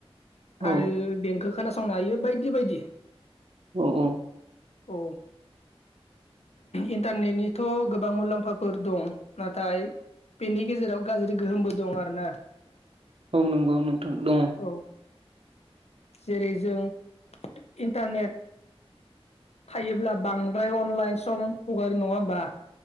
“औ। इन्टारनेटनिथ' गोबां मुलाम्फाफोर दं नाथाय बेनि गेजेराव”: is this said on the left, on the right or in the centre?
Left